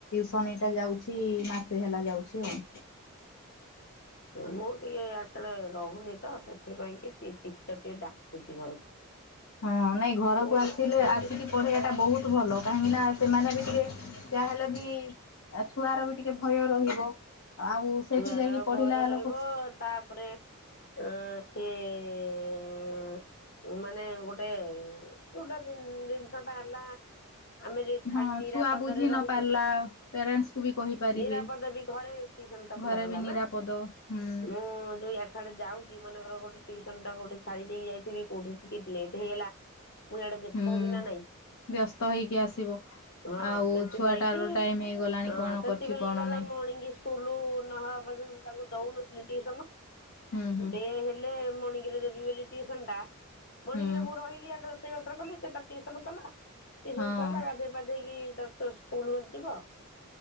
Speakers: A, on the left (about 75°); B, on the left (about 45°).
A: ଶନି ଟା ଯାଉଛି ମାସେ ହେଲା ଯାଉଛି ଆଉ
B: ମୁଁ ଟିକେ ଆସିଲେ ରହୁନି ତ ସେଥିପାଇଁ କି ଟିଚର ଟିଏ ଡାକୁଛି ଘରକୁ।
A: ହଁ ନାଇଁ ଘରକୁ
B: ମୁଁ
A: ଆସିଲେ
B: ଗୋଟେ
A: ଆସିକି ପଢେଇବା ଟା ବହୁତ ଭଲ କାହିଁକି ନା ସେମାନେ ବି ଟିକେ ଯାହାହେଲେ ବି ଛୁଆର ବି ଟିକେ ଭୟ ରହିବ। ଆଉ ସେଇଠି
B: ଛୁଆର
A: ଯାଇକି
B: ଭୟ
A: ପଢିଲା
B: ରହିବ
A: ଲୋକ
B: ତାପରେ ଉଁ ସିଏ ଏଁ ଏଁ ଏଁ ମାନେ ଗୋଟେ ଯୋଉଟା ଜିନିଷ ଟା ହେଲା ଆମେ ଯାଇ
A: ହଁ
B: ଛାଡି ନିରାପଦରେ
A: ଛୁଆ ବୁଝି ନ
B: ରହିଲୁ
A: ପାରିଲା ପ୍ୟାରେଣ୍ଟସ୍ କୁ ବି କହିପାରିବେ।
B: ନିରାପଦ ବି ଘରେ ଜିବନ୍ତ।
A: ଘରେ
B: ଲଗଲାନା
A: ବି ନିରାପଦ ହୁଁ
B: ମୁଁ ଯୋଉ ଇଆଡେ ସିଆଡେ ଯାଉଛି ମନେକର ଗୋଟେ ଟିୟୁସନ ଟା ଗୋଟେ ଛାଡି ଦେଇକି ଯାଇଥିବି କୋଉଠି ଟିକେ ଲେଟ୍ ହେଇଗଲା ମୁଁ ଇଆଡେ ବ୍ୟସ୍ତ
A: ହୁଁ
B: ହେବି ନା ନାଇଁ
A: ବ୍ୟସ୍ତ ହେଇକି ଆସିବ।
B: ହଁ
A: ଆଉ
B: ସେଥିପାଇ
A: ଛୁଆଟାର
B: କି
A: ଟାଇମ ହେଇଗଲାଣି
B: ହଁ
A: କଣ
B: ସେଥିପାଇଁ
A: କରିଛି କଣ
B: ବାରା
A: ନାଇଁ
B: ମାଣିଙ୍ଗି ସ୍କୁଲ ପର୍ଯ୍ୟନ୍ତ ତାକୁ ଦଉନଥିଲି ଟିଉସନ
A: ହୁଁ ହୁଁ।
B: ଡେ ହେଲେ ମଣି ଦେବି ବୋଲି ଟିଉସନ ଟା ମଣିଙ୍ଗି
A: ହୁଁ
B: ରେ ମୁଁ ରହିଲି ଆଡେ ରୋଷ ସେ ଅଡର୍ କାଲେ, ସେ ତା ଟିଉସନ କଲା ଇଏ ସବୁ
A: ହଁ
B: ସଇଲା ଗାଧେଇ ପାଧେ ଦେଇକି ତା ସହ ସ୍କୁଲ୍ ଯିବ,